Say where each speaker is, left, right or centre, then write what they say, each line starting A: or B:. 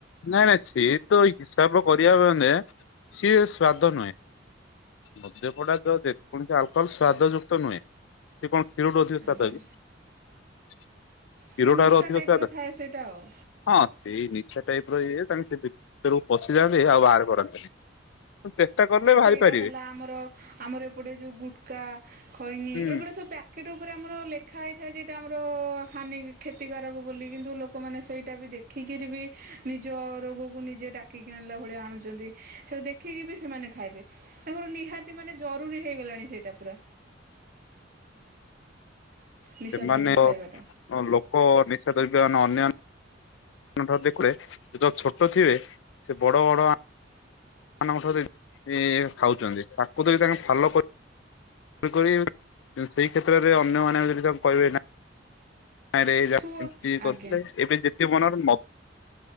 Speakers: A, on the left (about 70°); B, on the right (about 50°).
A: ନାଇଁ ନାଇଁ ସିଏ ତ ହିସାବ କରିବା ମନେ ସିଏ ସ୍ଵାଦ ନୁହେଁ। ମଦ୍ୟ ପଡକ୍ଟ ଯେକୌଣସି ଆଲକୋହଲ ସ୍ଵାଦ ଯୁକ୍ତ ନୁହେଁ। ସେ କଣ ଖିରଠୁ ଅଧିକା ସ୍ୱାଦ
B: ଆଜ୍ଞା
A: କି? କ୍ଷୀର
B: ଗୋଟେ ନିଶା
A: ଠାରୁ ଅଧିକ
B: ଟାଇପ
A: ସ୍ଵାଦ
B: ର ଥାଏ ସେଇଟା ଆଉ।
A: ହଁ ସେଇ ନିଶା ଟାଇପ ଇଏ ତାଙ୍କ ଭି ଭିତରକୁ ପଶିଯାଆନ୍ତି ଆଉ ବାହାର କରନ୍ତିନି। ଚେଷ୍ଟା କଲେ ବାହାରି
B: ସେଇଟା
A: ପାରିବେ
B: ହେଲା ଆମର ଆମର ଏପଟେ ଯୋଉ ଗୁଟକା, ଖଇନୀ
A: ହୁଁ
B: ଏଗୁଡା ସବୁ ପ୍ୟାକେଟ ଉପରେ ଆମର ଲେଖା ଖାଇ ଖାଇ ଯେ ଆମର ହାନି କ୍ଷତିକାରକ ବୋଲି କିନ୍ତୁ ଲୋକମାନେ ସେଇଟା ବି ଦେଖିକିରି ବି ନିଜ ରୋଗକୁ ନିଜେ ଡାକିକି ଆଣିଲା ଭଳିଆ ଆଣୁଛନ୍ତି, ସେଇଟା ଦେଖିକି ବି ସେମାନେ ଖାଇବେ ତାଙ୍କର ନିହାତି ମାନେ ଜରୁରୀ ହେଇଗଲାଣି ସେଇଟା ପୁରା। ନିଶା
A: ସେମାନେ
B: ଦ୍ରବ୍ୟ ଖାଇବାଟା
A: ଅ ଲୋକ ନିଶା ଦ୍ରବ୍ୟ ଅନାନ୍ୟ <unintelligible> ଯୋଉ ଛୋଟ ଥିବେ ସେ ବଡ ବଡ ମାନଙ୍କଠାରୁ <unintelligible> ଖାଉଛନ୍ତି ତାକୁ ଯଦି ତାଙ୍କେ ଭଲ କରି ତେଣୁ କରି ସେଇ କ୍ଷେତ୍ରରେ ଅନ୍ୟମାନେ ଯଦି ତାକୁ କହିବେ ନା ନାଇରେ ଏମିତି
B: ଛୁଆ
A: କରିଥିଲେ
B: ଆଜ୍ଞା
A: ଏବେ ଯେତେ ମନର ମ